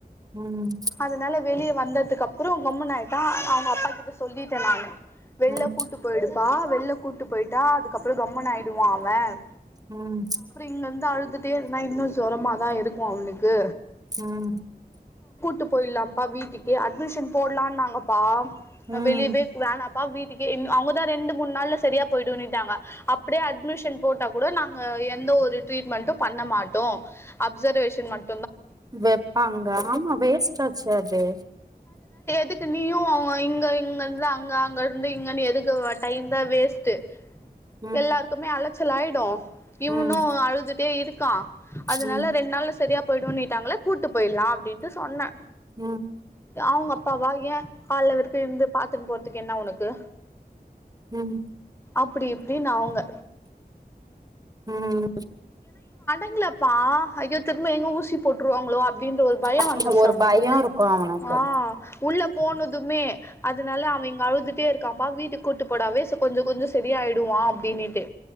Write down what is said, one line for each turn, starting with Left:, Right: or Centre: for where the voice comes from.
Right: ம்
Left: அதனால வெளிய வந்ததுக் அப்புறோ கம்முனு ஆயிட்டா அவ்ங்க அப்பா கிட்ட சொல்லீட்டேன் நானு வெள்ல
Right: ம்
Left: கூட்டு போயிடு பா வெள்ல கூட்டு போயிட்டா அதுக்கப்றோ கம்முனு ஆயிடுவான் அவென்
Right: ம்
Left: இங்க அந்து அழுதுட்டே இருந்த இன்னு ஜொரமா தா இருக்கு அவுனுக்கு
Right: ம்
Left: ட்டு போயிட்லாம்ப்பா வீட்டுக்கு அட்மிஷன் போட்லா நாங்கப்பா
Right: ம்
Left: வெளியவே வேனா வீட்டுக்கே அவ்ங்க தா ரெண்டு மூண் நாள்ல செரியா போயிடுனுட்டாங்க அப்டியே அட்மிஷன் போட்டா கூட நாங்க எ எந்த ஒரு ட்ரீட்மெண்டு பண்ண மாட்டோ அப்சர்வேஷன் மட்
Right: வெப்பாங்க ஆமா வேஸ்டாச்சு அது
Left: துக்கு நீயு இங்க இங்கந்து அங்க அங்க ர்ந்து இங்க நீ எதுக்கு டைம் தா வேஸ்ட்டு
Right: ம்
Left: எல்லார்க்குமே அல ச்சுலாய்டு இவனு
Right: ம்
Left: அழுதுட்டே இரு கா அதனால
Right: ம்
Left: ரெண் நாள்ல செரியா போயிடுனிட்டாங்கள கூட்டு போயிட்லா அப்டின்ட்டு சொன்னே
Right: ம்
Left: அவ்ங்க அப்பாவா ஏன் கால்ல விற்கு இருந்து பாத்து போறதுக்கு என்ன உனக்கு
Right: ம்
Left: அப்டி இப்டின்னு அவ்ங்க
Right: ம்
Left: ங்களப்பா ஐயோ திர்ம்ப எங்க ஊசி போட்டு வாங்களோ அப்டின்ற ஒரு பயொ
Right: ஆமா
Left: வந்துருச்சு
Right: ஒரு
Left: அவனுக்கு
Right: பயோ
Left: உள்
Right: இருக்கு அவனுக்கு
Left: ஆஹ் உள்ள போனதுமே அதனால அவன் இங்க அழுதுட்டே இருக்கான்ப்பா வீட்டுக்கு கூட்டு போடாவே கொஞ்சொ கொஞ்சொ சரியாயிடுவான் அப்டின்னுட்டு